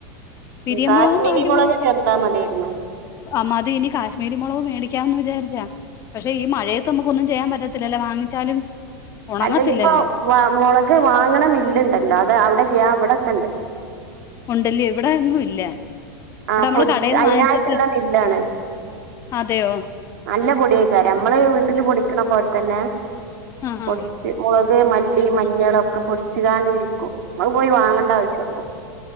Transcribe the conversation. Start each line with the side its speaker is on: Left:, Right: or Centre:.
Left: പിരിയൻ
Right: കാശ്മീരി
Left: മൊളകും പാണ്ടി
Right: മുളക്
Left: മൊളകും
Right: ചേർത്താ മതിയായിരുന്നു
Left: അ മതി ഇനി കാ മുളക് മേടിക്കാന്ന് വിചാരിച്ചാ പക്ഷെ ഈ മഴയത്ത് നമുക്ക് ഒന്നും ചെയ്യാൻ പറ്റത്തില്ലല്ലൊ വാങ്ങിച്ചാലും ഉണങ്ങത്തില്ലല്ലോ
Right: അല്ല ഇപ്പൊ വ മുളക് വാങ്ങണ മില്ല്ണ്ടല്ലോ അത് അവ്ടെ ല്യാ വ്ടെക്കണ്ട്
Left: ഉണ്ടല്ല്യോ ഇവിടെയൊന്നും ഇല്ല
Right: ആ
Left: ഇവിടെ നമ്മള്
Right: പൊടിച്ച്
Left: കടേന്ന്
Right: അയ്നായ്ട്ട്ള്ള
Left: വാങ്ങിച്ചിട്ട്
Right: മില്ലാണ്
Left: അതെയോ
Right: നല്ല പൊടിയെയ്ക്കാരം മ്മള് വീട്ടില് പൊടി ക്ക്ണ പോൽ തന്നെ
Left: ആഹാ
Right: പൊടിച്ച് മുളക് മല്ലി മഞ്ഞളൊ ക്കെ പൊടിച്ച്കാണ്ട് വിൽക്കും മ്മള് പോയി വാങ്ങണ്ട ആവശ്യൊള്ളൂ